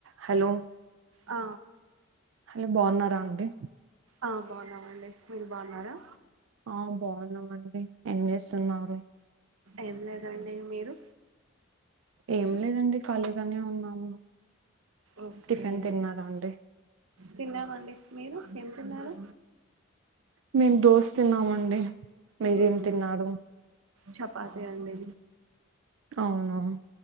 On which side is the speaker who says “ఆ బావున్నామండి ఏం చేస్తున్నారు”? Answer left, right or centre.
Right